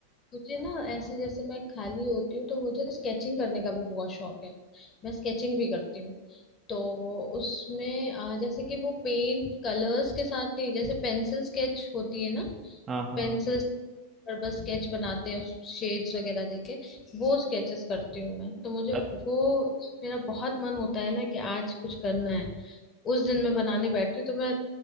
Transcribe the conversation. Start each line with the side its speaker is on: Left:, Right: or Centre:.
Left: मुझे ना ऐसे जैसे मैं खाली होती हूँ तो मुझे स्केचिंग करने का भी बहुत शौक है मैं स्केचिंग भी करती हूँ तो उसमें अ, जैसे कि वो पेंट कलर्स के साथ नहीं जैसे पेंसिल स्केच होती है ना
Right: हाँ हाँ
Left: पेंसिल पर बस स्केच बनाते हैं उस शेड्स वगैरह देके वो स्केचेस करती हूँ मैं तो मुझे
Right: अत-
Left: वो मेरा बहुत मन होता है ना कि आज कुछ करना है उस दिन मैं बनाने बैठती हूँ तो मैं